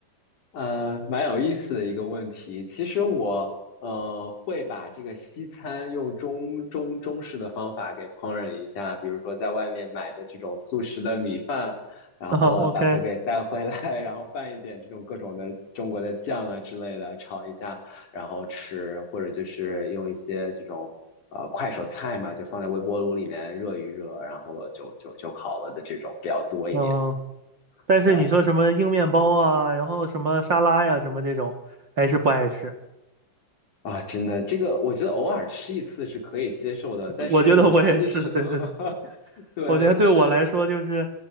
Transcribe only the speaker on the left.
呃，蛮有意思的一个问题。其实我呃会把这个西餐用中中中式的方法给烹饪一下，比如说在外面买的这种速食的米饭，然后呢把它给带回来，
<laughs> 然后拌一点这种各种的中国的酱啊之类的炒一下，然后吃，或者就是用一些这种呃快手菜嘛，就放在微波炉里面热一热，然后就就就好了的这种比较多一点。
对。
啊，真的，这个我觉得偶尔吃一次是可以接受的，但是你长期吃的话，
<laughs> 对，
就是你，